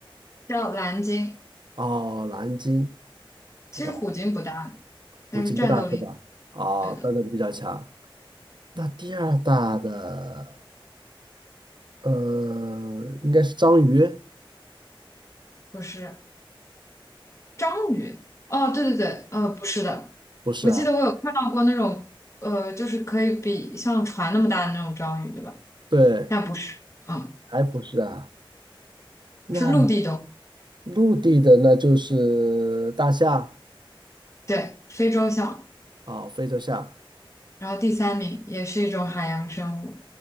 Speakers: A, on the left (about 30°); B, on the right (about 55°).
A: 叫蓝鲸。
B: 哦，蓝鲸
A: 其实虎鲸不大，
B: 啊，
A: 但是战斗力，
B: 虎鲸不大是吧？哦，
A: 对的，
B: 但力比较强。那第二大的，嗯、应该是章鱼，
A: 不是。章鱼。哦，对对对，呃，不是的，
B: 不是啊？
A: 我记得我有看到过那种，呃，就是可以比像船那么大的那种章鱼，对吧？
B: 对，
A: 但不是，啊，
B: 还不是啊？那。
A: 是陆地动物，
B: 陆地的那就是大象
A: 对，非洲象。
B: 啊，非洲象
A: 然后第三名也是一种海洋生物，